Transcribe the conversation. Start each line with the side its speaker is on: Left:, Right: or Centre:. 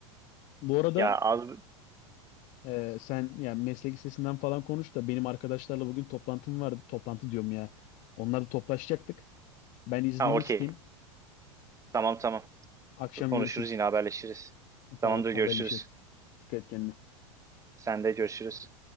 Left: Bu arada
Right: Ya az...
Left: Ee, sen yani meslek lisesinden falan konuş da benim arkadaşlarla bugün toplantım vardı. Toplantı diyorum ya. Onlarla toplaşacaktık. Ben iznini
Right: Ha okey.
Left: isteyeyim.
Right: Tamam tamam.
Left: Akşam
Right: Konuşuruz
Left: görüşürüz.
Right: yine haberleşiriz.
Left: Tamam
Right: Tamamdır
Left: haberleşiriz.
Right: görüşürüz.
Left: Dikkat et kendine.
Right: Sen de görüşürüz.